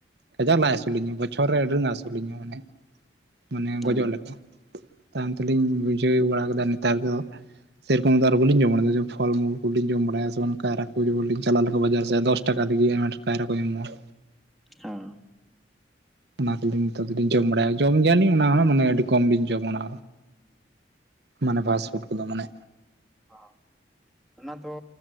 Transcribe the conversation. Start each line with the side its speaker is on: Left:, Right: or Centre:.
Right: ᱠᱟᱡᱟᱠ ᱞᱟᱡ ᱦᱟᱹᱥᱩᱞᱤᱧᱟᱹ ᱵᱚᱪᱷᱚᱨ ᱨᱮ ᱟᱹᱰᱤ ᱱᱟᱜ ᱦᱟᱹᱥᱩᱞᱤᱧᱟᱹ ᱢᱟᱱᱮ ᱢᱟᱱᱮ
Centre: ᱦᱮᱸ
Right: ᱜᱚᱡᱚᱜ ᱞᱮᱠᱟ ᱛᱟᱭᱚᱢ ᱛᱮᱞᱤᱧ ᱵᱩᱡᱷᱟᱹᱣ ᱵᱟᱲᱟ ᱠᱮᱫᱟ ᱱᱮᱛᱟᱨ ᱫᱚ ᱥᱮᱨᱚᱠᱚᱢ ᱫᱚ ᱟᱨ ᱵᱟᱞᱤᱧ ᱡᱚᱢ ᱵᱟᱲᱟᱭᱟ᱾ ᱡᱮ ᱯᱷᱚᱞ ᱢᱩᱞ ᱠᱚᱞᱤᱧ ᱡᱚᱢ ᱵᱟᱲᱟᱭᱟ ᱥᱮ ᱚᱱᱠᱟ ᱠᱟᱭᱨᱟ ᱠᱚ ᱡᱮᱢᱚᱱᱤ ᱪᱟᱞᱟᱣ ᱞᱮᱠᱷᱟᱱ ᱵᱟᱡᱟᱨ ᱥᱮᱫ, ᱫᱚᱥ ᱴᱟᱠᱟ ᱛᱮᱜᱮ ᱟᱨ ᱠᱟᱭᱨ ᱠᱚ ᱧᱟᱢᱚᱜᱼᱟ᱾
Centre: ᱦᱟᱸᱻ᱾
Right: ᱚᱱᱟ ᱠᱚᱞᱤᱧ ᱱᱤᱛᱚᱜ ᱫᱚᱞᱤᱧ ᱡᱚᱢ ᱵᱟᱲᱟᱭᱟ᱾ ᱡᱚᱢ ᱜᱮᱭᱟᱞᱤᱧ ᱚᱱᱟ ᱦᱚᱸ ᱢᱟᱱᱮ ᱟᱹᱰᱤ ᱠᱚᱢ ᱞᱤᱧ ᱡᱚᱢᱟ ᱚᱱᱟ ᱢᱟᱱᱮ ᱯᱷᱟᱥᱴ ᱯᱷᱩᱰ ᱠᱚᱫᱚ ᱢᱟᱱᱮ
Centre: ᱚᱸ ᱚᱱᱟ ᱫᱚ